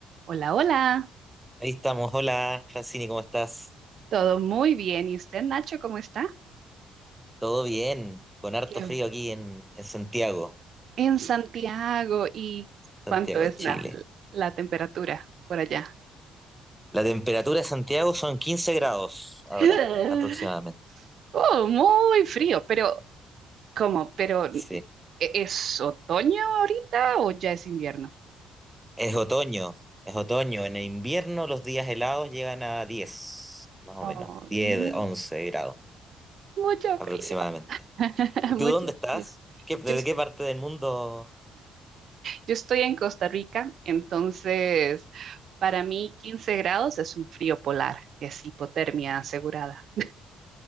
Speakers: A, on the right; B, in the centre.
A: Hola, hola,
B: Ahí estamos. Hola, Francini, ¿cómo estás?
A: todo muy bien. ¿Y usted, Nacho, cómo está?
B: ¿Todo bien? Con harto
A: ¿Qué-
B: frío aquí en, en Santiago,
A: En Santiago, ¿y
B: Santiago
A: cuánto es
B: de Chile.
A: la, la temperatura por allá?
B: La temperatura de Santiago son 15 grados
A: <laughs>
B: ahora, aproximadamente.
A: Oh, muy frío, pero ¿cómo? ¿Pero e-
B: Sí.
A: es otoño ahorita o ya es invierno?
B: Es otoño, es otoño. En el invierno los días helados llegan a 10, más o
A: Oh,
B: menos. 10,
A: no,
B: 11 grados
A: mucho
B: aproximadamente.
A: frío, <laughs>
B: ¿Y tú
A: mucho
B: dónde estás?
A: frío.
B: ¿Qué- desde
A: Yo, es-
B: qué parte del mundo?
A: yo estoy en Costa Rica, entonces para mí 15 grados es un frío polar, es hipotermia asegurada.